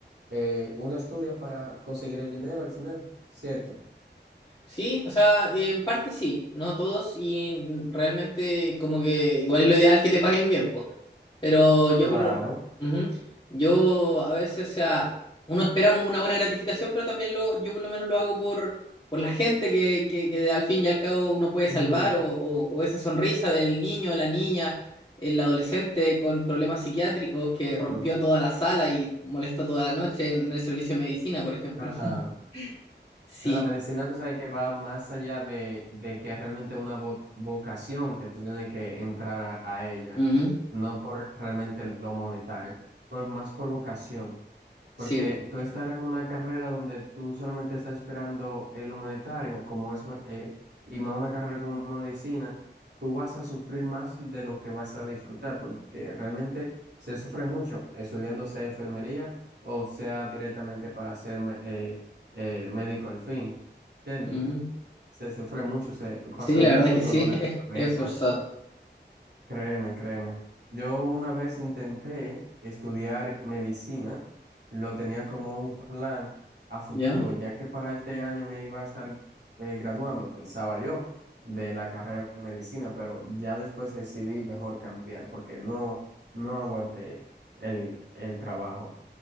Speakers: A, on the right (about 65°); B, on the left (about 25°).
A: eh, uno estudia para conseguir el dinero al final, ¿cierto?
B: Sí, o sea, en parte sí, no todos y realmente como que igual es lo ideal que te paguen bien, po. Pero yo
A: Claro.
B: por, ujú, yo a veces, o sea, uno espera un- una buena gratificación, pero también lo, yo por lo menos lo hago por, por la gente que, que, que de- al fin y al cabo uno puede salvar
A: Ujú,
B: o, o- o esa sonrisa del niño, la niña, el adolescente con problemas psiquiátricos que
A: ujú.
B: rompió toda la sala y molestó toda la noche en el servicio de medicina, por ejemplo.
A: Ajá.
B: <laughs> Sí,
A: En La medicina, tú sabes que va más allá de, de que es realmente una vo- vocación que tú tienes que entrar a, a ella,
B: ujú,
A: no por realmente lo monetario, por más por vocación. Porque
B: sí.
A: tú estar en una carrera donde tú solamente estás esperando el monetario como es, ma- eh, y más una carrera como medicina, tú vas a sufrir más de lo que vas a disfrutar, porque realmente se sufre mucho estudiando sea enfermería o sea directamente para ser me- eh, eh, médico al fin, ¿entiendes?
B: Ujú.
A: Se sufre mucho, se pasa
B: Sí, la
A: muchos
B: verdad que
A: dolores
B: sí, <laughs>
A: de
B: es,
A: Sí,
B: es forzado,
A: cabeza. Créeme, créeme. Yo una vez intenté estudiar medicina, lo tenía como un plan a futuro,
B: ¿ya?
A: ya que para este año me iba a estar eh, graduando, pensaba yo, de la carrera de medicina, pero ya después decidí mejor cambiar porque no, no aguanté el, el trabajo